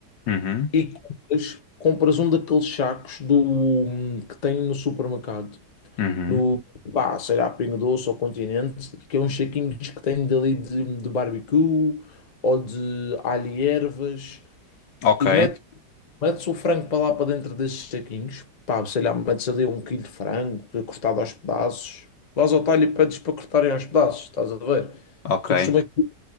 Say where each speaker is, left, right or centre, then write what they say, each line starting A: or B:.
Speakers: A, on the left; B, on the left.
A: Uhum.
B: e compras, compras um daqueles sacos do, hum, que tem no supermercado.
A: Uhum.
B: No, pá, sei lá, Pingo Doce ou Continente, que é uns saquinhos que tem dali de, de barbecue ou de alho e ervas.
A: Ok.
B: E metes Metes o frango para lá para dentro desses saquinhos, pá, sei lá, metes ali um quilo de frango cortado aos pedaços, vais ao talho e pedes para cortarem aos pedaços, estás a ver?
A: Ok.
B: Tu costumas pedir